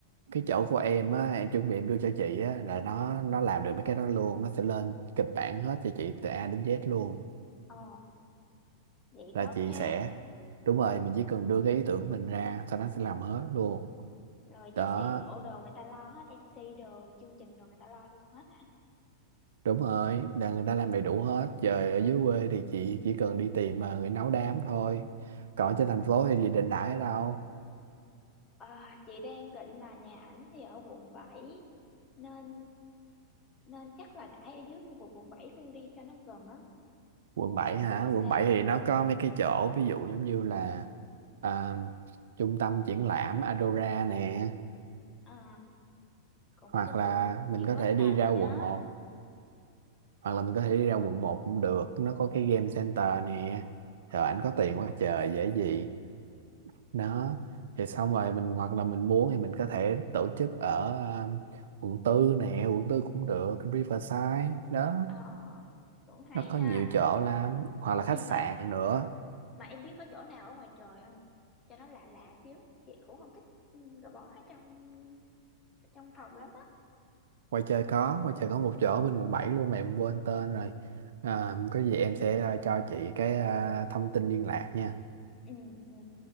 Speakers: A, on the right; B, on the left.
A: cái chỗ của em á em chuẩn bị em đưa cho chị á là nó nó làm được mấy cái đó luôn nó sẽ lên kịch bản hết cho chị từ A đến Z luôn
B: ồ vậy
A: là
B: tốt
A: chị
B: ha
A: sẽ đúng rồi mình chỉ cần đưa cái ý tưởng của mình ra sau đó sẽ làm hết luôn
B: rồi
A: đó
B: chắc xe cộ đồ người ta lo hết em xê đồ chương trình đồ người ta lo luôn hết hả
A: đúng rồi là người ta làm đầy đủ hết giờ ở dưới quê thì chị chỉ cần đi tìm mà người nấu đám thôi còn
B: ừ
A: ở trên thành phố thì gì định đãi ở đâu
B: à, chị đang định là nhà ảnh thì ở quận bảy nên nên chắc là đãi ở dưới khu vực quận 7 luôn đi cho nó gần á
A: quận
B: khỏi
A: 7
B: cần
A: hả
B: phải đi
A: quận
B: xa
A: 7 thì
B: ừ
A: nó có mấy cái chỗ ví dụ giống như là à, trung tâm triển lãm Adora nè
B: à cũng
A: hoặc
B: được
A: là mình
B: chị
A: có
B: có
A: thể đi
B: à
A: ra
B: chị nhớ
A: quận một hoặc là mình có thể đi ra quận một cũng được nó có cái game center nè
B: ừ
A: rồi ảnh có tiền quá trời dễ gì đó thì xong rồi mình hoặc là mình muốn thì mình có thể tổ chức ở um, quận tư nè quận tư cũng được Riverside đó
B: à, cũng hay
A: nó có
B: ha
A: nhiều chỗ lắm hoặc là khách
B: em
A: sạn
B: mà
A: nữa
B: mà em biết có chỗ nào ở ngoài trời không cho nó lạ lạ xíu chị cũng không thích ừ, gò bó ở trong trong phòng lắm á
A: quay chơi có quay chơi có một chỗ bên quận 7 luôn mà em quên tên rồi à, có gì em sẽ uh, cho chị cái uh, thông tin liên lạc nha
B: ừ ừ